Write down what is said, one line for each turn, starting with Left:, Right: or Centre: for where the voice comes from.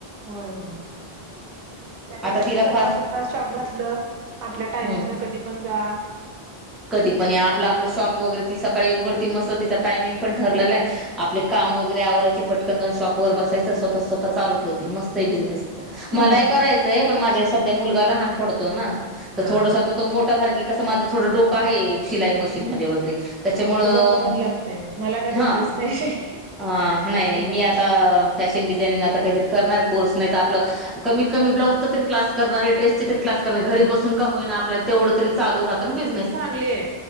Right: होय होय त्यापेक्षा
Centre: आता तिला
Right: स्वत
Centre: फार
Right: स्वत शॉप घातलं आपल्या टायमिंग
Centre: हम्म
Right: न कधी पण जा
Centre: कधी पण या आपला आपलं शॉप वगैरे ती सकाळी उघडती मस्त तिचा टाइमिंग पण ठरलेलं आहे आपले काम वगैरे आवरायचे पटकन शॉप वर बसायचं स्वतः स्वतः चालू ठेवती मस्त तिचा बिझनेस
Right: हा
Centre: मलाही करायचंय पण माझा सध्या मुलगा लहान पडतो ना तर
Right: हा
Centre: थोडस आता तो मोठा सारखी कसं माझं थोड डों आहे शिलाई मशीन मध्ये वगैरे त्याच्यामुळं
Right: हा आपलं डोकं पण लागतय मला त्यात
Centre: हा
Right: इंटरेस्ट नाही
Centre: अ नाही-नाही
Right: शिलाई
Centre: मी आता
Right: मशीन
Centre: फॅशन डिझाइनिंग आता काहीतरी करणार कोर्स नाईतर आपल कमीत-कमी ब्लाउज तरी क्लास करणार. ड्रेस तरी क्लास करणार. बसून का होईना. आपल्याला तेवढं तरी चालू राहत ना बिझनेस.
Right: ले